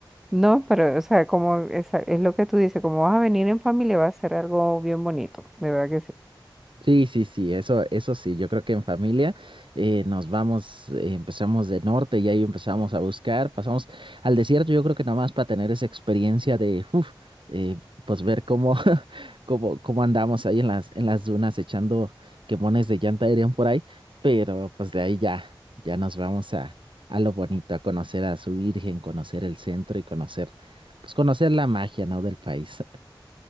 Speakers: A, in the centre; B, on the right.
A: No, pero, o sea, como esa- es, lo que tú dices, como vas a venir en familia, va a ser algo bien bonito, de verdad que sí.
B: Sí, sí, sí, eso, eso sí, yo creo que en familia eh, nos vamos, eh, empezamos de norte y ahí empezamos a buscar, pasamos al desierto, yo creo que nada más para tener esa experiencia de, uf, eh, pues ver cómo, <laughs> cómo, cómo andamos ahí en las, en las dunas echando quemones de llanta dirían por ahí, pero pues de ahí ya, ya nos vamos a, a lo bonito, a conocer a su Virgen, conocer el centro y conocer, pues conocer la magia, ¿no? del país.